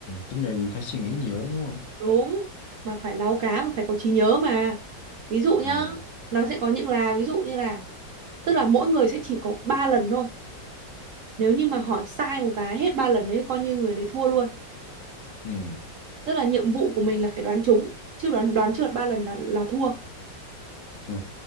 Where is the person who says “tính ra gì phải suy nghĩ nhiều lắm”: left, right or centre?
Left